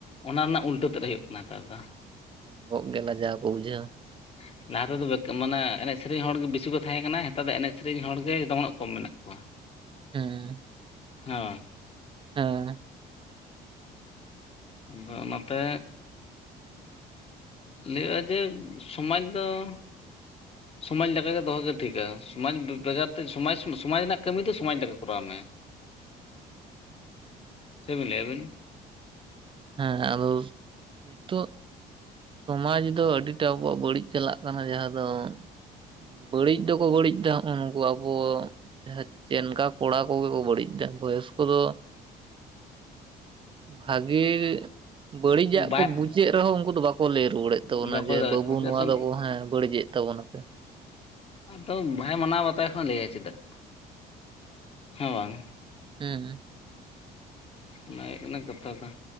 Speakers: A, on the left; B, on the right.
A: ᱚᱱᱟ ᱨᱮᱱᱟᱜ ᱩᱞᱴᱟᱹ ᱛᱮᱫ ᱦᱩᱭᱩᱜ ᱠᱟᱱᱟ ᱱᱮᱛᱟᱨ ᱫᱚ
B: ᱜᱚ ᱜᱮ ᱞᱟᱡᱟᱣ ᱠᱚ ᱵᱩᱡᱷᱟᱹᱣᱟ
A: ᱦᱩᱸ ᱞᱟᱦᱟ ᱛᱮᱫᱚ ᱢᱟᱱᱮ ᱮᱱᱮᱡ ᱥᱮᱨᱮᱧ ᱦᱚᱲ ᱜᱮ ᱵᱤᱥᱤ ᱠᱚ ᱛᱟᱦᱮᱸ ᱠᱟᱱᱟ ᱱᱮᱛᱟᱨ ᱫᱚ ᱮᱱᱮᱡ ᱥᱮᱨᱮᱧ ᱦᱚᱲ ᱜᱮ ᱡᱚᱛᱚᱱᱟᱜ ᱠᱚᱢ ᱢᱮᱱᱟᱜ ᱠᱚᱣᱟ᱾ <inaudible>
B: ᱦᱮᱸ
A: ᱦᱮᱸᱵᱟ
B: ᱦᱮᱸ
A: ᱟᱫᱚ ᱚᱱᱟᱛᱮ᱾ ᱞᱟᱹᱭᱟᱹᱜᱼᱟ ᱡᱮ ᱥᱚᱢᱟᱡ ᱫᱚ- ᱥᱚᱢᱟᱡᱽ ᱞᱮ ᱞᱮᱠᱟᱠᱟᱜᱮ ᱫᱚᱦᱚᱜᱮ ᱴᱷᱤᱠᱟ ᱥᱚᱢᱟᱡᱽ ᱵᱮᱜᱟᱨ ᱛᱮ ᱥᱚᱢᱟᱡᱽ ᱥᱚᱢᱟᱡᱽ ᱨᱮᱱᱟᱜ ᱠᱟᱹᱢᱤ ᱫᱚ ᱥᱚᱢᱟᱡᱽ ᱞᱮᱠᱟ ᱠᱚᱨᱟᱣ ᱢᱮᱸ <inaudible>
B: ᱦᱮᱸ
A: ᱪᱮᱫ ᱵᱮᱱ ᱞᱟᱹᱭᱟ ᱟᱵᱮᱱ
B: ᱦᱮᱸ ᱟᱫᱚ ᱱᱤᱛᱚᱜ ᱥᱚᱢᱟᱡ ᱫᱚ ᱟᱹᱰᱤᱴᱟ ᱟᱵᱚᱣᱟᱜ ᱵᱟᱹᱲᱤᱡ ᱪᱟᱞᱟᱜ ᱠᱟᱱᱟ ᱡᱟᱦᱟᱸ ᱫᱚ- ᱵᱟᱹᱲᱤᱡ ᱫᱚᱠᱚ ᱵᱟᱹᱲᱤᱡ ᱫᱫᱟᱜ ᱩᱱᱠᱩ ᱟᱵᱚ- ᱡᱟᱦᱟᱸ ᱪᱮᱱᱠᱟ ᱠᱚᱲᱟ ᱠᱚᱜᱮ ᱠᱚ ᱵᱟᱹᱲᱤᱡᱫ ᱫᱟ ᱵᱚᱭᱚᱥ ᱠᱚᱫᱚ᱾ ᱵᱷᱟᱜᱤ ᱵᱟᱹᱲᱤᱡᱟᱜ
A: ᱵᱟᱭ
B: ᱠᱚ ᱵᱩᱡᱮᱫ ᱨᱮᱦᱚᱸ ᱩᱱᱠᱩ ᱫᱚ ᱵᱟᱠᱚ ᱞᱟᱹᱭ ᱨᱩᱣᱟᱹᱲᱮᱫ- ᱛᱟᱵᱚᱱᱟ
A: ᱵᱟᱠᱚ
B: ᱡᱮ
A: ᱫᱟᱲᱮᱭᱟᱜ
B: ᱵᱟᱹᱵᱩ
A: ᱠᱟᱱᱟ
B: ᱱᱚᱣᱟ
A: ᱪᱮᱫᱟᱜ ᱥᱮ
B: ᱫᱚᱠᱚ ᱦᱮᱸ ᱵᱟᱹᱲᱤᱡᱮᱫ ᱛᱟᱵᱚᱱᱟᱯᱮ᱾
A: ᱟᱫᱚ ᱵᱟᱭ ᱢᱟᱱᱟᱣ ᱵᱟᱛᱟᱣ ᱠᱷᱟᱡ ᱞᱟᱹᱭᱟ ᱪᱮᱫᱟᱜ ᱦᱮᱸ ᱵᱟᱝ
B: ᱦᱮᱸ
A: ᱚᱱᱟ ᱦᱩᱭᱩᱜ ᱠᱟᱱᱟ ᱠᱟᱛᱷᱟ ᱫᱚ᱾